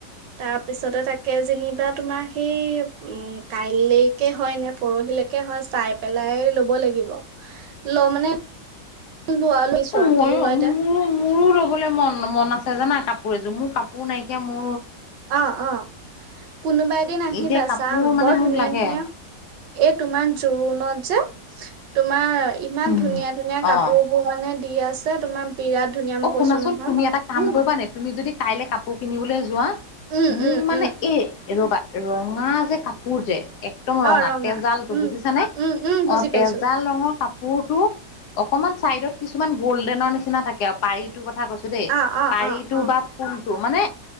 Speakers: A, on the right (about 85°); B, on the left (about 70°).
A: তাৰ পিছতে তাকে যেনিবা তোমাৰ সেই উম কাইলৈকে হয় নে পৰহিলৈকে। কে হয় চাই পেলাই ল'ব লাগিব, ল মানে। লোৱা লৈছোঁ আও
B: ময়ো
A: কি হৈ
B: মোৰো
A: তে
B: মোৰো ল'বলৈ মন মন আছে জানা কাপোৰ এযোৰ, মোৰ কাপোৰ নাইকিয়া মোৰ।
A: অ অ কোনোবা এদিন আহিবা
B: এতিয়া কাপোৰ
A: চাম,
B: মানে
A: বৰ
B: মোক
A: ধুনীয়া
B: লাগে
A: ধুনীয়া এই তোমাৰ জোৰোণত যে তোমাৰ ইমান
B: উম
A: ধুনীয়া ধুনীয়া
B: অ'
A: কাপোৰ বোৰ মানে দি আছ আছে তোমাৰ বিৰাট ধুনীয়া মই
B: অ' শুনাচোন
A: কৈছো নহয়।
B: তুমি এটা কাম কৰিবা নে তুমি যদি কাইলৈ কাপোৰ কিনিবলৈ যোৱা
A: উম,
B: মোক
A: উম,
B: মানে
A: উম,
B: এ ৰবা ৰঙা যে কাপোৰ যে একদম ৰঙা
A: অ',
B: তেজাল টো
A: উম,
B: বুজিছ নে
A: উম, উম, বুজি
B: অ তেজাল
A: পাইছো
B: ৰঙৰ কাপ। পুৰ টো অকণমান চাইডত কিছুমান গ'ল্ডেনৰ নিচিনা থাকে আৰু পাৰি টো কথা কৈছো দেই
A: অ', অ',
B: পাৰিটো
A: অ', অ',
B: বা ফোল, মানে